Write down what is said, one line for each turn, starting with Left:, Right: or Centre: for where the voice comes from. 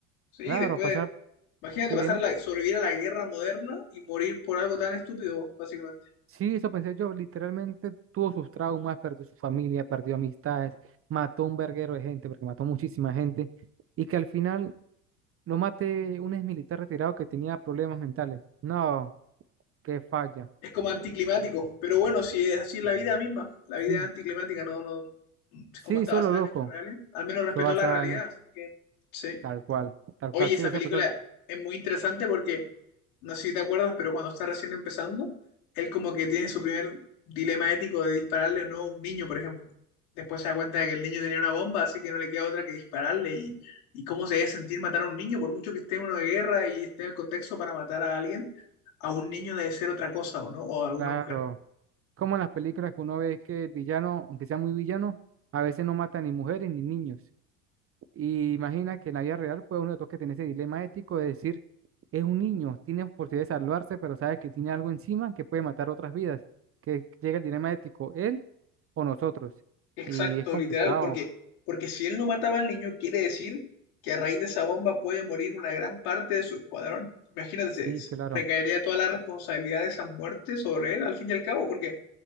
Left: Sí,
Right: claro,
Left: después,
Right: pasar,
Left: imagínate
Right: sí,
Left: pasar
Right: dime.
Left: la, sobrevivir a la guerra moderna y morir por algo tan estúpido, básicamente.
Right: Sí, eso pensé yo, literalmente tuvo sus traumas, perdió su familia, perdió amistades, mató un verguero de gente, porque mató muchísima gente, y que al final lo mate un ex militar retirado que tenía problemas mentales. No, qué falla.
Left: Es como anticlimático, pero bueno, si es así es la vida misma, la vida
Right: Sí,
Left: es anticlimática, no, no, es
Right: sí,
Left: como está
Right: solo
Left: basada
Right: loco.
Left: en hechos reales, al menos respetó
Right: Fue basada
Left: la realidad,
Right: en esto,
Left: así que sí.
Right: tal cual, tal
Left: Oye,
Right: cual,
Left: esa
Right: sí, esa
Left: película
Right: película
Left: es muy interesante porque, no sé si te acuerdas, pero cuando está recién empezando, él como que tiene su primer dilema ético de dispararle o no a un niño, por ejemplo. Después se da cuenta de que el niño tenía una bomba, así que no le queda otra que dispararle. Y, y cómo se debe sentir matar a un niño, por mucho que esté en una guerra y esté en el contexto para matar a alguien, a un niño debe ser otra cosa, ¿o no? O a alguna
Right: Claro.
Left: mujer.
Right: Como en las películas que uno ve que el villano, aunque sea muy villano, a veces no mata ni mujeres ni niños. Y imagina que en la vida real, pues uno toca tener ese dilema ético de decir, es un niño, tiene posibilidad de salvarse, pero sabe que tiene algo encima que puede matar otras vidas. Que llega el dilema ético, él o nosotros.
Left: Exacto,
Right: Y es complicado.
Left: literal, porque, porque si él no mataba al niño, quiere decir que a raíz de esa bomba puede morir una gran parte de su escuadrón. Imagínate, se-
Right: Sí,
Left: se-
Right: claro.
Left: recaería toda la responsabilidad de esas muertes sobre él, al fin y al cabo, porque